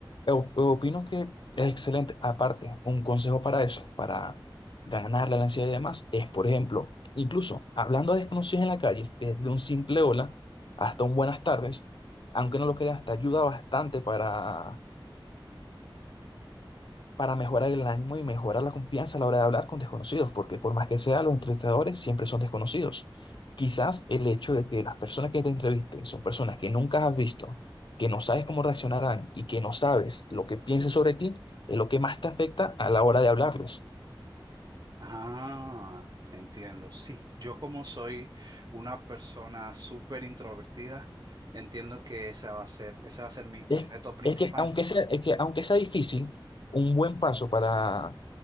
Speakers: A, on the left; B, on the right.
A: O- Opino que es excelente. Aparte, un consejo para eso, para ganar la ansiedad y demás, es, por ejemplo, incluso hablando a desconocidos en la calle, desde un simple hola hasta un buenas tardes, aunque no lo creas, te ayuda bastante para para mejorar el ánimo y mejorar la confianza a la hora de hablar con desconocidos, porque por más que sea, los entrevistadores siempre son desconocidos. Quizás el hecho de que las personas que te entrevisten son personas que nunca has visto, que no sabes cómo reaccionarán y que no sabes lo que piensen sobre ti, es lo que más te afecta a la hora de hablarles.
B: Ah, entiendo. Sí, yo como soy una persona súper introvertida, entiendo que ese va a ser, ese va a ser mi, mi
A: Es,
B: reto principal.
A: es que aunque sea, es que aunque sea difícil, un buen paso para